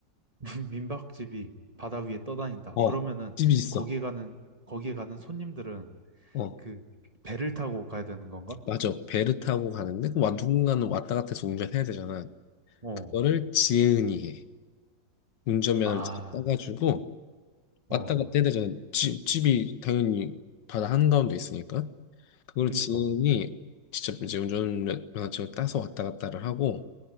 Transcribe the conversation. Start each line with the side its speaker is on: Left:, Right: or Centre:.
Right: <laughs> 민박집이 바다 위에 떠다닌다.
Left: 어.
Right: 그러면은
Left: 집이 있어.
Right: 거기에 가는 거기에 가는 손님들은
Left: 어.
Right: 그 배를 타고 가야 되는 건가?
Left: 맞아. 배를 타고 가는데 와 누군가는 왔다 갔다 해서 운전해야 되잖아.
Right: 어.
Left: 그거를 지혜은이 해. 운전면허를
Right: 아,
Left: 직접 따가지고
Right: 어.
Left: 왔다 갔다 해야 되잖아. 집, 집이 당연히 바다 한가운데 있으니까. 그걸
Right: 그니까.
Left: 지인이 직접 이제 운전면허증을 따서 왔다 갔다를 하고